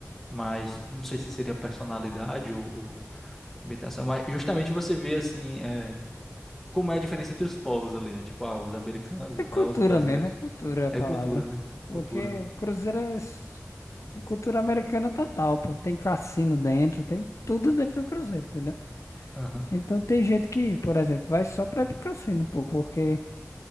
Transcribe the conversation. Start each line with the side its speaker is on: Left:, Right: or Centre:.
Centre: mas não sei se seria personalidade ou, Habitação. Mas justamente você vê assim, é, como é a diferença entre os povos ali, né? Tipo, ah, os americanos
Left: É
Centre: e tal,
Left: cultura
Centre: os brasileiros.
Left: mesmo, é cultura a
Centre: É
Left: palavra.
Centre: cultura, né?
Left: Porque
Centre: Cultura.
Left: o Cruzeiro é s- cultura americana é total, pô. Tem cassino dentro, tem tudo dentro do Cruzeiro, entendeu?
Centre: Aham.
Left: Então tem gente que, por exemplo, vai só pra ir pro cassino, pô, porque